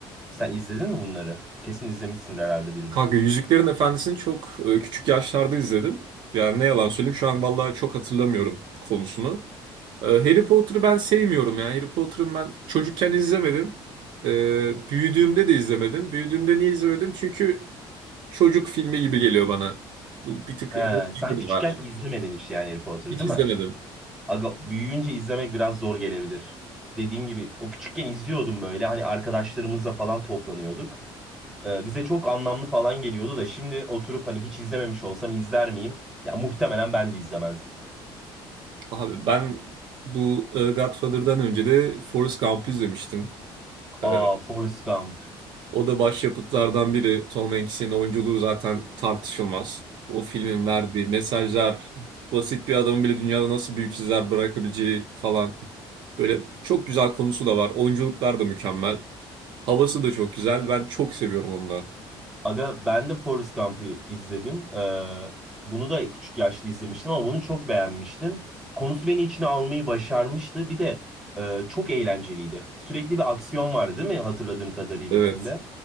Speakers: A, in the centre; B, on the right.
A: Sen izledin mi bunları? Kesin izlemişsindir herhalde birini.
B: Kanka Yüzüklerin Efendisi'ni çok e, küçük yaşlarda izledim. Yani ne yalan söyleyeyim şu an vallahi çok hatırlamıyorum konusunu. E, Harry Potter'ı ben sevmiyorum ya. Harry Potter'ı ben çocukken izlemedim. E, büyüdüğümde de izlemedim. Büyüdüğümde niye izlemedim? Çünkü çocuk filmi gibi geliyor bana. Bu bir tık
A: He, sen
B: ilgim
A: küçükken
B: var.
A: izlemedin hiç yani Harry Potter'ı
B: Hiç
A: değil
B: izlemedim.
A: mi? Aga büyüyünce izlemek biraz zor gelebilir. Dediğim gibi o küçükken izliyordum böyle hani arkadaşlarımızla falan toplanıyorduk. Ee, bize çok anlamlı falan geliyordu da şimdi oturup hani hiç izlememiş olsam izler miyim? Ya muhtemelen ben de izlemezdim.
B: Abi ben bu e, Godfather'dan önce de Forrest Gump'ı izlemiştim. E,
A: Aa Forrest Gump.
B: O da başyapıtlardan biri. Tom Hanks'in oyunculuğu zaten tartışılmaz. O filmin verdiği mesajlar, basit bir adamın bile dünyada nasıl büyük izler bırakabileceği falan. Böyle çok güzel konusu da var. Oyunculuklar da mükemmel. Havası da çok güzel. Ben çok seviyorum onu da.
A: Aga ben de Forrest Gump'ı izledim. Ee, bunu da küçük yaşta izlemiştim ama bunu çok beğenmiştim. Konusu beni içine almayı başarmıştı. Bir de e, çok eğlenceliydi. Sürekli bir aksiyon vardı değil mi hatırladığım kadarıyla
B: Evet.
A: filmde?